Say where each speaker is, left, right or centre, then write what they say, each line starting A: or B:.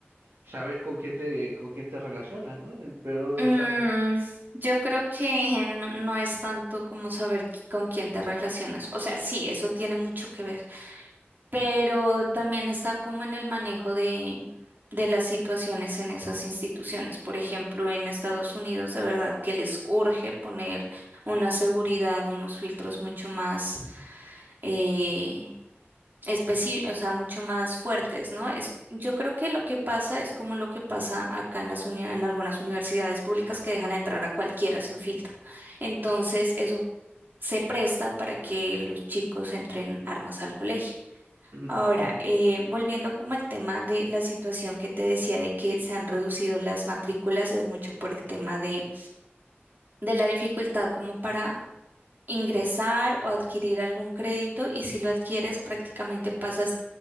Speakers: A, on the right; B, on the right.
A: saber con quién te, con quién te relacionas, ¿no? En el peor de
B: Mm,
A: los casos.
B: yo creo que no, no es tanto como saber qui- con quién te relacionas. O sea, sí, eso tiene mucho que ver. pero también está como en el manejo de, de las situaciones en esas instituciones. Por ejemplo, en Estados Unidos, de verdad que les urge poner una seguridad, unos filtros mucho más eh, especi- o sea, mucho más fuertes, ¿no? Es, yo creo que lo que pasa es como lo que pasa acá en las uni- en algunas universidades públicas que dejan entrar a cualquiera sin filtro. Entonces, eso se presta para que los chicos entren armas al colegio.
A: <clears throat>
B: Ahora, eh, volviendo como al tema de la situación que te decía de que se han reducido las matrículas, es mucho por el tema de, de la dificultad como para ingresar o adquirir algún crédito y si lo adquieres prácticamente pasas